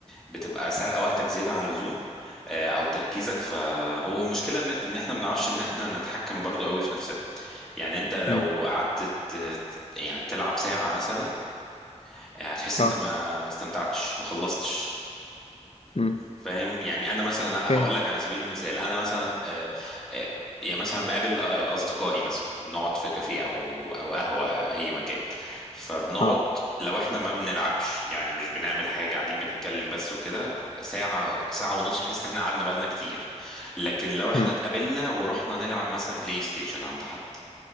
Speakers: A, in the centre; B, on the left.
A: بتبقى سارقه وقتك زياده عن اللزوم آه، او تركيزك ف والمشكله ان إن احنا ما بنعرفش ان احنا نتحكم برضو قوي في نفسنا يعني انت لو
B: مم.
A: قعدت ت... ت- يعني تلعب ساعه مثلا آه، هتحس
B: اه
A: انت ما ما استمتعتش ما خلصتش
B: مم.
A: فاهم يعني انا مثلا
B: فاهم
A: هقول لك على سبيل المثال انا مثلا آه، آه، يعني مثلا بقابل آه، اصدقائي مثلا نقعد في كافيه او او قهوه أو اي مكان فبنقعد
B: اه
A: لو احنا ما بنلعبش يعني مش بنعمل حاجه قاعدين بنتكلم بس وكده ساعه ساعه ونص تحس ان احنا قعدنا بقالنا كتير لكن لو احنا
B: مم.
A: اتقابلنا ورحنا نلعب مثلا بلاي ستيشن عند حد